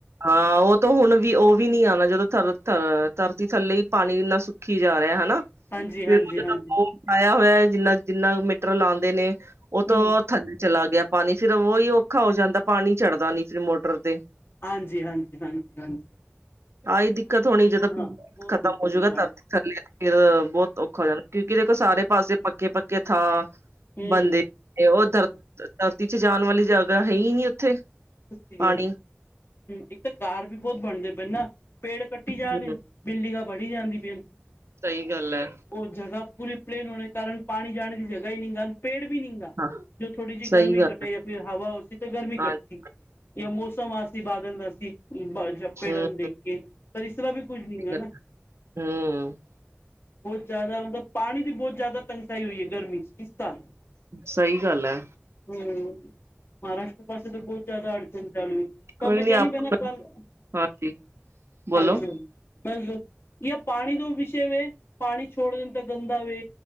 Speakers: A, on the right; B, on the left.
A: ਹਾਂ, ਉਹ ਤੋ, ਹੁਣ ਵੀ ਉਹ ਵੀ ਨੀ ਆਣਾ, ਜਦੋਂ ਥਥ, ਧਰਤੀ ਥੱਲੇ ਈ ਪਾਣੀ ਇੰਨਾ ਸੁੱਕੀ ਜਾ ਰਿਹਾ, ਹਨਾ।
B: ਹਾਂਜੀ
A: ਫਿਰ
B: ਹਾਂਜੀ
A: ਉਹ ਜੇੜਾ
B: ਹਾਂਜੀ
A: ਬੋਰ ਲਾਇਆ ਹੋਇਆ, ਜਿੰਨਾ-ਜਿੰਨਾ ਮੀਟਰ ਲਾਂਦੇ ਨੇ ਉਹ ਤੋਂ
B: ਹਮ
A: ਔਰ ਥੱਲੇ ਚਲਾ ਗਿਆ ਪਾਣੀ, ਫਿਰ ਉਹੀ ਔਖਾ ਹੋ ਜਾਂਦਾ। ਪਾਣੀ ਚੜਦਾ ਨੀ ਫਿਰ ਮੋਟਰ ਤੇ।
B: ਹਾਂਜੀ-ਹਾਂਜੀ, ਹਾਂਜੀ-ਹਾਂਜੀ।
A: ਆਹੀ ਦਿੱਕਤ ਹੋਣੀ ਜਦੋਂ
B: ਬਹੁਤ
A: ਖਤਮ
B: ਦਿੱਕਤ
A: ਹੋਜੂਗਾ,
B: ਹੈ ਪਾਣੀ
A: ਧਰਤੀ ਥੱਲੇ ਫਿਰ ਬਹੁਤ ਔ ਹੋ ਜਾਣਾ, ਕਿਉਂਕਿ ਦੇਖੋ ਸਾਰੇ ਪਾਸੇ ਪੱਕੇ-ਪੱਕੇ ਥਾ
B: ਹਮ
A: ਬੰਦੇ ਓ ਧਰ
B: ਹਮ
A: ਧਰਤੀ'ਚ ਜਾਣ ਵਾਲੀ ਜਗ੍ਹਾ, ਹੈਹੀ ਨੀ ਉੱਥੇ।
B: ਇਸਲੀਏ,
A: ਪਾਣੀ
B: ਇੱਕ ਤਾਂ ਘਾਰ ਵੀ ਬਹੁਤ ਬਣਦੇ ਪਏ ਨਾ, ਪੇੜ ਕੱਟੀ ਜਾ
A: ਹੂੰ,
B: ਰਹੇ ਬਿਲਡੀੰਗਾਂ ਬਣੀ ਜਾਂਦੀ ਪੀਆਨ।
A: ਸਹੀ ਗੱਲ ਐ।
B: ਉਹ ਜ੍ਹਗਾ ਪੂਰੀ ਪਲੇਨ ਹੋਣੇ ਕਾਰਨ, ਪਾਣੀ ਜਾਣੇ ਦੀ ਜਗ੍ਹਾ ਹੀ ਨੀਂਗਾ, ਪੇੜ ਵੀ ਨੀਂਗਾ।
A: ਹਾਂ
B: ਜੋ ਥੋੜੀ ਜਿਹੀ
A: ਸਹੀ
B: ਗਰਮੀ
A: ਗੱਲ
B: ਘਟੇ,
A: ਹੈ
B: ਯਾ ਫਿਰ ਹਵਾ ਹੋਸੀ ਤਾਂ ਗਰਮੀ
A: ਹਾਂਜੀ
B: ਘੱ ਜੇ ਮੌਸਮ ਆਸੀ, ਬਾਦਲ ਦਾਸੀ ਪੇੜਾਂ
A: ਹੂੰ
B: ਨੂੰ ਦੇਖ ਕੇ ਪਰ ਇਸ ਤਰ੍ਹਾਂ, ਵੀ ਕੁਝ ਨਹੀਂ
A: ਸਹੀ
B: ਹੈ
A: ਗੱਲ
B: ਨਾ
A: ਹੈ। ਹੂੰ
B: ਬਹੁਤ ਜ਼ਿਆਦਾ, ਪਾਣੀ ਦੀ ਬਹੁਤ ਜ਼ਿਆਦਾ ਤੰਗਸਾਈ, ਹੋਈ ਏ ਗਰਮੀ ਚ ਇਸ ਤ
A: ਸਹੀ, ਗੱਲ ਐ।
B: ਹੂੰ, ਮਹਾਰਾਸ਼ਟਰ ਪਾਸੇ ਤਾਂ ਬਹੁਤ ਜ਼ਿਆਦਾ ਅੜਚਣ ਚਾਲੂ ਤੁਹਾਨੂੰ
A: ਕੋਈ
B: ਮੈ
A: ਨੀ
B: ਕਿਹਾ ਨਈ,
A: ਆਪ
B: ਪਹਿਲਾ ਕੱਲ,
A: ਹਾਂਜੀ ਬੋਲੋ
B: ਆਈ ਸੀ। ਬੱਸ ਜੇ ਪਾਣੀ ਤੋਂ ਵਿਸ਼ੇ ਵੇ, ਪਾਣੀ ਛੋੜ ਦੇਦੇ ਗੰਦਾ ਵੇ।